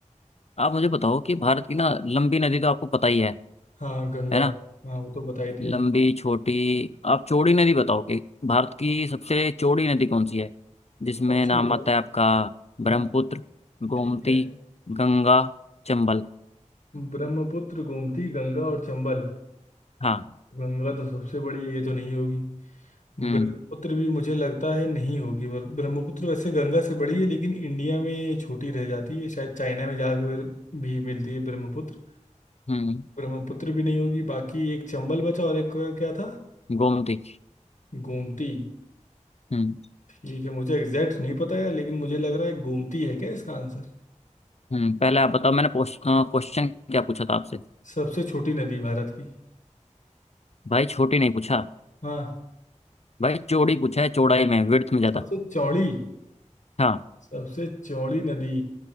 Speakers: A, on the left; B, on the left.
A: आप मुझे बताओ कि भारत की ना लंबी नदी तो आपको पता ही है
B: हाँ गंगा
A: है ना
B: हाँ वो तो बताई थी अभी
A: लंबी छोटी आप चौड़ी नदी बताओ कि भारत की सबसे चौड़ी नदी कौन सी है जिसमें
B: ऑप्शन
A: नाम
B: दो यार।
A: आता है आपका ब्रह्मपुत्र
B: हाँ
A: गोमती
B: ठीक है
A: गंगा चंबल
B: ब्रह्मपुत्र गोमती गंगा और चंबल
A: हाँ
B: गंगा तो सबसे बड़ी ये तो नहीं होगी
A: हम्म
B: ब्रह्मपुत्र भी मुझे लगता है नहीं होगी और ब्रह्मपुत्र वैसे गंगा से बड़ी है लेकिन इंडिया में ये छोटी रह जाती है शायद चाइना में जाकर फिर भी मिलती है ब्रह्मपुत्र
A: हम्म
B: ब्रह्मपुत्र भी नहीं होगी बाकी एक चंबल बचा और एक क्या था
A: गोमती
B: गोमती
A: हम्म।
B: ठीक है मुझे एग्जैक्ट नहीं पता यार लेकिन मुझे लग रहा है गोमती है क्या इसका आंसर
A: हम्म पहले आप बताओ मैंने क्वेश्चन क्या पूछा था आपसे
B: सबसे छोटी नदी भारत की
A: भाई छोटी नहीं पूछा
B: हाँ
A: भाई चौड़ी पूछा है चौड़ाई में विड्थ में ज्यादा
B: सबसे चौड़ी
A: हाँ
B: सबसे चौड़ी नदी